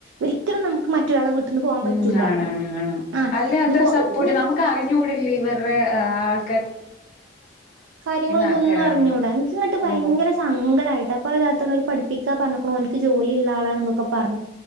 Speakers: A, on the right (about 80°); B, on the left (about 45°).
A: ഒരിക്കലും നമുക്ക് മറ്റൊരാളെ വീട്ടിന്ന് പോകാൻ
B: ഉം
A: പറ്റൂല
B: കാണാണ് കാണ
A: ആഹ്
B: അല്ലേ അത്ര
A: ഇനിപ്പോ
B: സപ്പോർട്ട്
A: ഇനി
B: നമുക്ക് അറിഞ്ഞ കൂടല്ല ഇവരുടെ ആൾ
A: കാര്യങ്ങളൊന്ന
B: ആൾക്കാരാണ്
A: ഒന്ന പറഞ്ഞൂടാ എനിക്ക ഇങ്ങോട്ട് ഭയങ്കര
B: ഓ
A: സങ്കടമായിട്ട ഇപ്പപ്പോ ഇതാത്ത ഒരു പഠിപ്പിക്കാ പറഞ്ഞക്കണ എക്ക് ജോലി ഇള്ള ആളാണ എന്നൊക്കെ പറഞ്ഞു